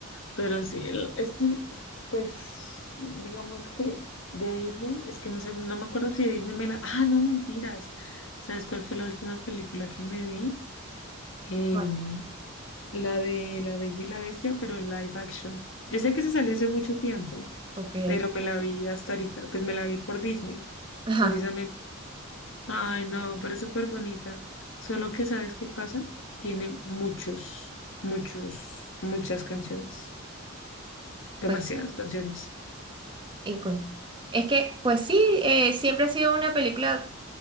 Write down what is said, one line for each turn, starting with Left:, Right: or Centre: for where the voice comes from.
Left: Pero sí, el- es que, pues, digamos que de Disney, es que no sé, no me acuerdo si de Disney me la... Ah, no, mentiras. ¿Sabes cuál fue la última película que me vi? Em,
Right: bueno,
Left: la de La Bella y la Bestia, pero live action. Yo sé que se salió hace mucho tiempo,
Right: ok.
Left: pero me la vi hasta ahorita, pues me la vi por Disney,
Right: Ajá,
Left: precisamente. Ay, no, pero es súper bonita. Solo que, ¿sabes qué pasa? Tiene muchos, muchos, muchas canciones, demasiadas
Right: pues.
Left: canciones.
Right: Y coño. Es que, pues sí, eh, siempre ha sido una película